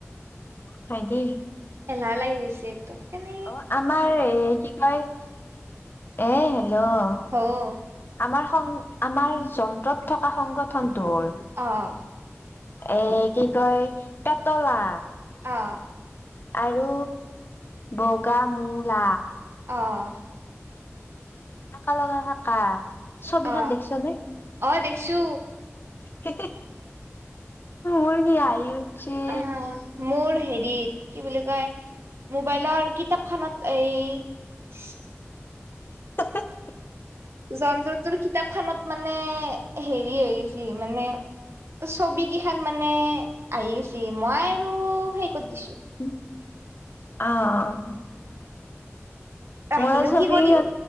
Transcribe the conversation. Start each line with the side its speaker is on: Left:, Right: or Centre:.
Left: হয় দেই!
Right: এলাহ লাগি গেছে একদম কেনে
Left: অ আমাৰ এ কি কয় এ হেল্ল'?
Right: অহ।
Left: আমাৰ সং আমাৰ যন্ত্ৰত থকা সংগঠনটোৰ।
Right: অঁ।
Left: এ কি কয় পেতলা।
Right: অঁ।
Left: আৰু বগা মূলা।
Right: অঁ।
Left: থাকা লাগা থাকা ছবিখেন
Right: অ
Left: দেখছো নে?
Right: অ দেখছো।
Left: <unintelligible> মোৰ কি হাহি উঠছি।
Right: আহ মোৰ হেৰিত কি বুলি কয়? মোবাইলৰ কিতাপখনত এই ইচ
Left: <unintelligible>
Right: যন্তটোৰ কিতাপখনত মানে হেৰি হৈ গৈছি মানে এ ছবিকিখান মানে আহি গৈছি, মই আৰু হেৰি কৰি দিছো।
Left: উ আহ।
Right: ৰাখিনো
Left: মোৰ ছবিখ
Right: কি কৰিম